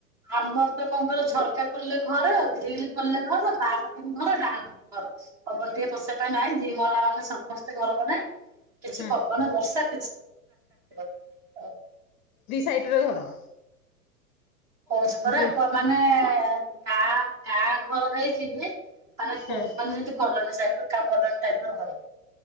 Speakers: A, on the right (about 35°); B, on the left (about 30°).
A: ଆମର ତ କଣ କହିଲ ଝରକା ଖୋଲିଲେ ଘର ଗ୍ରିଲ୍ ଖୋଲିଲେ ଘର ବାଁ ପଟକୁ ଘର ଡାହାଣ ପଟକୁ ଘର ଅଛି ପବନ ଟିକେ ପଶିବା ପାଇଁ ନାଇଁ ଦି ମହଲା ମାନେ ସମସ୍ତେ ଗରମରେ କିଛି
B: ହଁ
A: ପବନ, ବର୍ଷା <unintelligible>
B: ଦି ସାଇଟ ରେ ଘର
A: ହଉଛି ପରା
B: ଯୋଉ
A: ପ ମାନେ ଏ ଗାଁ ଗାଁ ଘର ହେଇଥିଲେ ମାନେ
B: ହଁ।
A: କମ୍ପାନି ହଉଛି କଲୋନୀ ସା ଟା କଲୋନି ଟାଇପର ଘର।